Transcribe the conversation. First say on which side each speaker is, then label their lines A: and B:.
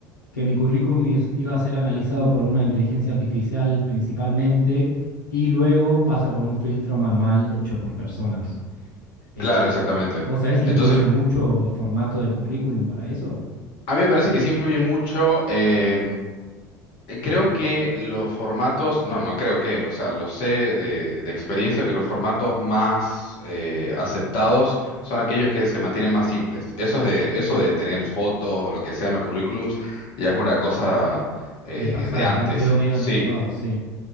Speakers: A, on the left (about 85°); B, on the left (about 50°).
A: que mi currículum is- iba a ser analizado por una inteligencia artificial principalmente y luego pasa por un filtro manual hecho por personas. Eh,
B: Claro, exactamente.
A: ¿vos sabés, si
B: Entonces,
A: influye mucho el formato del currículum para eso?
B: a mí me parece que sí influye mucho. eh, eh, Creo que los formatos, no, no creo que, o sea, lo sé de, de experiencia que los formatos más eh, aceptados son aquellos que se mantienen más simples. Eso de, eso de tener fotos o lo que sea en los currículums ya es una cosa eh,
A: Del pasado,
B: de antes.
A: ¿no? Quedó medio
B: Sí,
A: anticuado, sí.